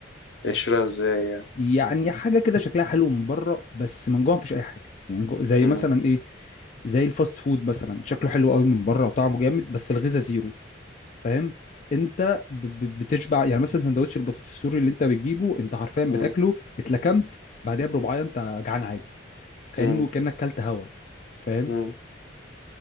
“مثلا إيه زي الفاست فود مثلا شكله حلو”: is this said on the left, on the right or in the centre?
Left